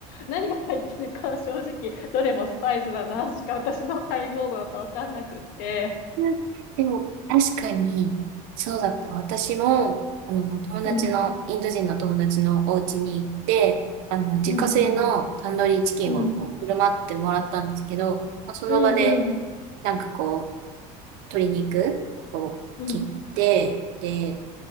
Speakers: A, on the left; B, on the right.
A: 何が入ってるか正直、どれもスパイスだな、しか私の解像度だとわかんなくって。
B: いやでも、確かに、そうだった。私も、あの、友達の、
A: うん、
B: インド人の友達のお家に行って、あの、自家製のタンドリーチキンをこう、
A: うん、うん、うん、
B: 振る舞ってもらったんですけど、まあその場で、
A: うん、うん、
B: なんかこう、鶏肉を切って、
A: うん、うん、
B: で、